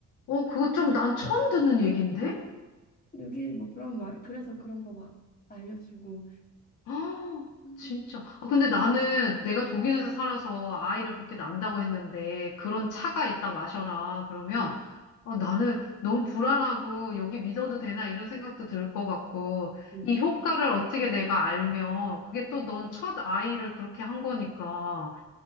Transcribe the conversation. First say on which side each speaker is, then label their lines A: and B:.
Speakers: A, on the left; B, on the left.
A: 그거 좀 난 처음 듣는 얘긴데?
B: 아. 여기 뭐 그런 말 그래서 그런 거 막 알려주고
A: 아,
B: 음,
A: 진짜. 아, 근데 나는 내가 독일에서 살아서 아이를 그렇게 낳는다고 했는데 그런 차가 있다 마셔라. 그러면
B: 음,
A: 어, 나는 너무 불안하고 여기 믿어도 되나 이런 생각도 들 것 같고
B: 음,
A: 이 효과를 어떻게 내가 알면 그게 또 넌 첫 아이를 그렇게 한 거니까.